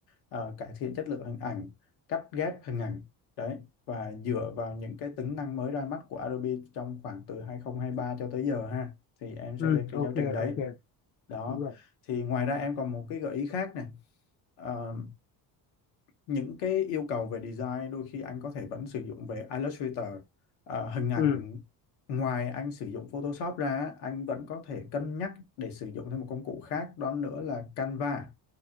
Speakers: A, on the left; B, on the left.
A: ờ, cải thiện chất lượng hình ảnh cắt ghép hình ảnh đấy và dựa vào những cái tính năng mới ra mắt của Adobe trong khoảng từ 2023 cho tới giờ ha thì em sẽ
B: ừ
A: lên cái
B: ok
A: giáo trình đấy
B: ok
A: đó
B: đúng rồi
A: thì ngoài ra em còn một cái gợi ý khác này Ờ, những cái yêu cầu về design đôi khi anh có thể vẫn sử dụng về Illustrator Ờ, hình ảnh
B: ừ
A: ngoài anh sử dụng Photoshop ra anh vẫn có thể cân nhắc để sử dụng thêm một công cụ khác đó nữa là Canva